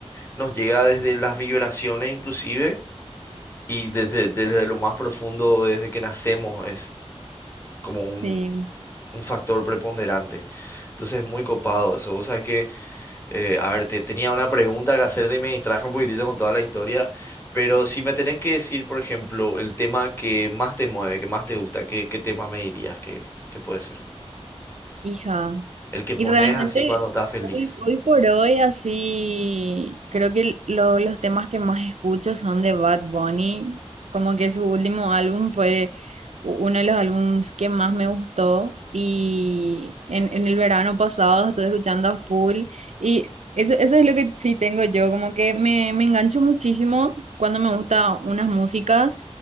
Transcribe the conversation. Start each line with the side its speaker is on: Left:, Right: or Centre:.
Left: nos llega desde las vibraciones inclusive y desde, desde lo más profundo, desde que nacemos, es como un,
Right: sí.
Left: un factor preponderante, entonces es muy copado eso, o sea que... Eh, a ver, te, tenía una pregunta que hacerte y me distraje un poquitito con toda la historia, pero si me tenés que decir, por ejemplo, el tema que más te mueve, que más te gusta, ¿qué, qué tema me dirías que, que puede ser?
Right: Hija,
Left: El que
Right: y
Left: pones
Right: realmente
Left: así cuando estás feliz.
Right: hoy, hoy por hoy así, creo que lo- los temas que más escucho son de Bad Bunny, como que su último álbum fue u- uno de los álbums que más me gustó y en, en el verano pasado estuve escuchando a full y eso, eso es lo que sí tengo yo, como que me, me engancho muchísimo cuando me gustan unas músicas.